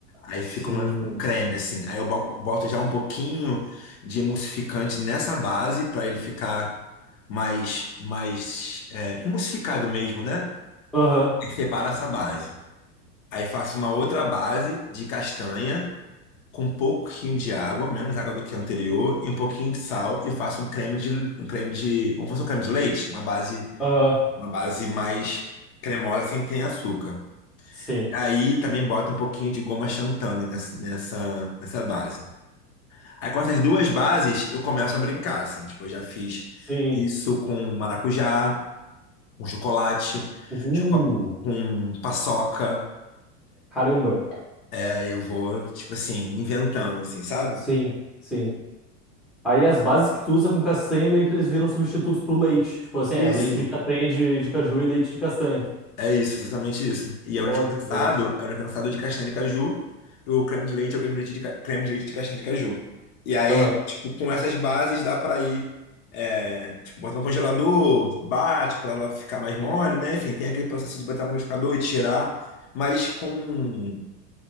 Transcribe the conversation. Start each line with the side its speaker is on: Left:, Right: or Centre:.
Left: Aí
Centre: sim.
Left: fica um, um creme assim. Aí eu bo- boto já um pouquinho de emulsificante nessa base para ele ficar mais mais é, emulsificado mesmo, né?
Centre: Aham,
Left: E separo essa base. Aí faço uma outra base de castanha com um pouquinho de água, menos água do que o anterior, e um pouquinho de sal e faço um creme de um creme de, como se fosse um creme de leite, uma base,
Centre: aham,
Left: uma base mais cremosa sem ter açúcar.
Centre: sim,
Left: Aí também bota um pouquinho de goma xantana nessa, nessa, nessa base. Aí com essas duas bases eu começo a brincar, assim, tipo, eu já fiz
Centre: sim.
Left: isso com maracujá, com chocolate,
Centre: Uh,
Left: choco- com paçoca.
Centre: caramba.
Left: Aí eu vou, tipo assim, inventando, assim, sabe?
Centre: Sim, sim. Aí as bases que tu usa com castanha meio que eles viram substitutos pro leite. Tipo assim, é leite
Left: Isso.
Centre: de castanha de, de caju e leite de castanha.
Left: É isso, exatamente isso. E é o
Centre: Pode
Left: leite condensado,
Centre: crer.
Left: é o leite condensado de castanha de caju, e o creme de leite é o creme de leite de, ca- creme de leite de castanha de caju. E aí,
Centre: Aham.
Left: tipo, com essas bases dá pra ir, é, tipo, botar no congelador, bate pra ela ficar mais mole, né? Enfim, tem aquele processo de botar no liquidificador e tirar, mas com